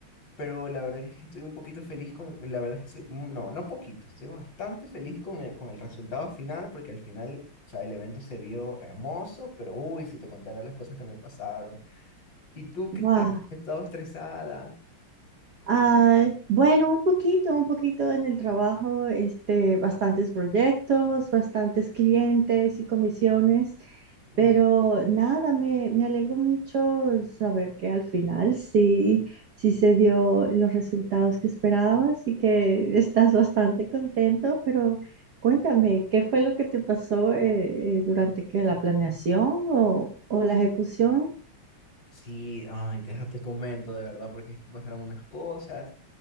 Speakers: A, on the left; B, on the right.
A: pero la verdad que es que estoy un poquito feliz con, la verdad es que soy, mm, no, no poquito, estoy bastante feliz con el, con el resultado final porque al final, o sea, el evento se vio hermoso, pero uy, si te contara las cosas que me pasaron. ¿Y tú qué
B: Guau.
A: estás? ¿Has estado estresada?
B: Ah, bueno, un poquito, un poquito en el trabajo, este, bastantes proyectos, bastantes clientes y comisiones,
A: Mm,
B: pero nada, me, me alegro mucho saber que al final sí, sí se dio los resultados que esperabas y que <laughs> estás bastante contento, pero cuéntame, ¿qué fue lo que te pasó eh, eh, durante que la planeación o, o la ejecución?
A: Sí, ay, deja, te comento de verdad, porque es que pasaron unas cosas.